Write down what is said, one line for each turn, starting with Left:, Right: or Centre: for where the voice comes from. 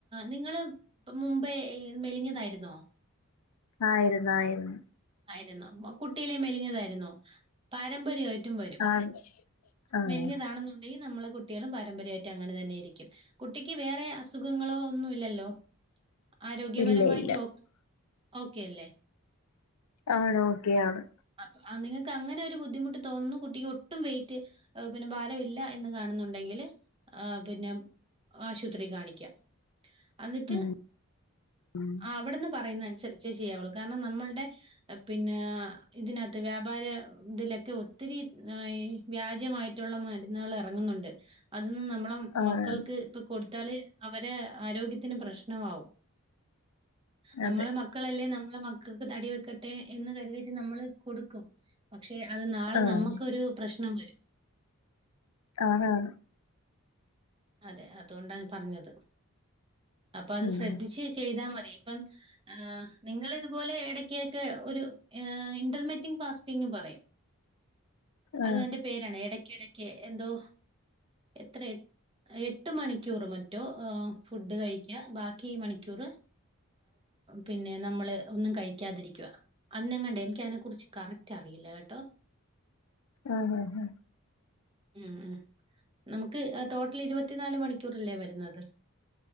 Right: നിങ്ങള് ഇപ്പ മുമ്പേ മെലിഞ്ഞതായിരുന്നോ
Left: ആയിരുന്നു ആയിരുന്നു.
Right: ആയിരുന്നു കുട്ടിയിലെ മെലിഞ്ഞതായിരുന്നോ പാരമ്പര്യമായിട്ടും വരും
Left: ആഹ് ആഹ്.
Right: മെലിഞ്ഞതാണെന്നുണ്ടെങ്കിൽ നമ്മളെ കുട്ടികളും പാരമ്പര്യമായിട്ടും അങ്ങനെ തന്നെയായിരിക്കും കുട്ടിക്ക് വേറെ അ അസുഖങ്ങളോ ഒന്നുംല്ലല്ലോ ആരോഗ്യപരമായിട്ട്
Left: ഇല്ല ഇല്ല.
Right: ഓക്കെ അല്ലേ
Left: ആണോ ഓക്കെ ആണ്
Right: അപ്പൊ ആ നിങ്ങൾക്ക് അങ്ങനെ ഒരു ബുദ്ധിമുട്ട് തോന്നുന്നു കുട്ടിക്ക് ഒട്ടും വെയി റ്റ് പിന്നെ ഭാരംഇല്ല എന്ന് കാണുന്നുണ്ടെങ്കിൽ പിന്നെ ആശുപത്രീ കാണിക്കാം അന്നിട്ട്
Left: ഉം ഉം.
Right: അവിടെന്ന് പറയുന്ന അനുസരിച്ചേ ചെയ്യാവൊള്ളൂ കാരണം നമ്മളുടെ പിന്നെ ആ ഇതിനകത്ത് വ്യാപാര ഇതിലൊക്കെ ഒത്തിരി ആ ഉം വ്യാജമായിട്ടുള്ള മരുന്നുകൾ എറങ്ങുന്നുണ്ട് അതൊന്നും നമ്മള
Left: ആണ്.
Right: മക്കൾക്ക് ഇപ്പൊ കൊടു ടാല് അവരെ ആരോഗ്യത്തിന് പ്രശ്നമാവും നമ്മള
Left: അതെ.
Right: മക്കളല്ലേ ന നമ്മള മക്കൾക്ക് തടി വെക്കട്ടെ എന്ന് കരുതിട്ട് നമ്മള് കൊടുക്കും പക്ഷെ അത് നാളെ
Left: ആഹ്.
Right: നമുക്കൊരു പ്രശ്നം വരും
Left: ആതാണ്
Right: അതെ അതുകൊണ്ടാണ് പറഞ്ഞത് അപ്പൊ അത്
Left: ഉം.
Right: ശ്രദ്ധിച്ച് ചെയ്താ മതി ഇപ്പം ആ നിങ്ങള് ഇതുപോലെ ഏടക് ടകൊക്കെ ഒരു ഇന്റർമെറ്റ് ഫാസ്റ്റിംഗ് പറയും അത്
Left: ആഹ്.
Right: ന്റെ പേരാണ് എടക്ക് എടക്ക് എന്തോ എത്ര എട്ട് മണിക്കൂറ് മറ്റോ ഫുഡ് കഴിക്ക ബാക്കി മണിക്കൂർ പിന്നെ നമ്മള് ഒന്നും കഴിക്കാതിരിക്കുക അന്നെങ്ങാണ്ടേ എനിക്ക് അതിനെ കുറിച്ച് കറക്റ്റ് അറിയില്ല കേട്ടോ
Left: ആഹ് ആഹ് ഹ
Right: ഉം ഉം നമുക്ക് ഇരുപത്തിനാല് മണിക്കൂറെല്ലേ വരുന്നത്